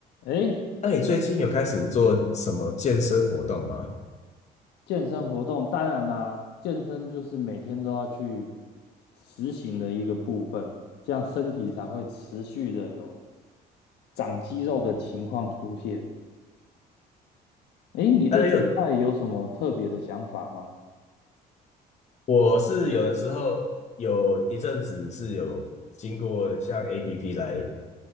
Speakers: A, on the left; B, on the left.
A: 诶，
B: 那你最近有开始做什么健身活动吗？
A: 健身活动当然啦、健身就是每天都要去实行的一个部分，这样身体才会持续的有长肌肉的情况出现。诶，你对这一块有什么特别的想法吗？
B: 当然有，我是有的时候有一阵子是有经过像 APP 来，